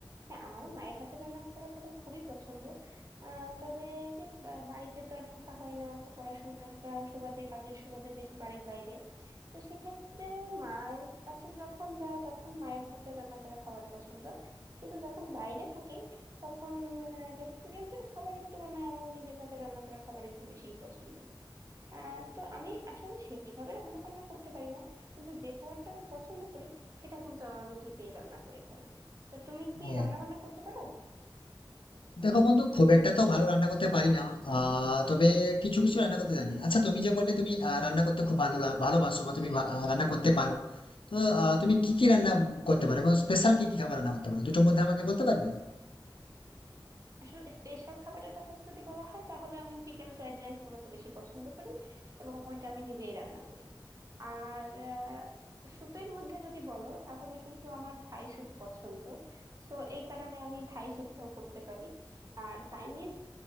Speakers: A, on the right; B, on the left.
A: হ্যাঁ আমারও মায়ের হাতে রান্না করা খাবার খুবই পছন্দ আহ তবে এই যে বা- বাড়িতে তো আর থাকা হয় না কা- পড়াশোনার কা- সুবাদে কাজের সুবাদে দেশ বাড়ির বাইরে তো সেক্ষেত্রে মায়ের কাছে যখন যাই তখন মায়ের হাতে রান্না করা খাবার পছন্দ কিন্তু যখন বাইরে থাকি তখন রেস্টুরেন্টের খাবারের তুলনায় আমার নিজের হাতে রান্না করা খাবার একটু বেশিই পছন্দ আহ তো আমি আসলে সেইভাবে রান্না বান্না করতে পারি না কিন্তু যে খাবারটা আমি পছন্দ করি সেটা কিন্তু আবার আমি নিজেই রান্না করে খাই তো তুমি কি
B: ও
A: রান্না বান্না করতে পারো
B: দেখো বন্ধু খুব একটা তো ভালো রান্না করতে পারি না আহ তবে কিছু কিছু রান্না করতে জানি আচ্ছা তুমি যে বললে তুমি আহ, রান্না করতে খুব ভালো লা- ভালোবাসো বা তুমি ভা- আহ, রান্না করতে পারো তো আহ, তুমি কি কি রান্না করতে পারো এবং স্পেশাল কি কি খাবার রান্না করতে পারো দুটোর মধ্যে আমাকে বলতে পারবে
A: আসলে স্পেশাল খাবারের কথা যদি বলা হয় তাহলে আমি চিকেন ফ্রাইড রাইস মূলত বেশি পছন্দ করি এবং ওইটা আমি নিজেই রান্না করি আর স্যুপের মধ্যে যদি বলো তাহলে কিন্তু আমার থাই স্যুপ পছন্দ তো এই কারণে আমি থাই স্যুপটাও করতে পারি আর চাইনিজ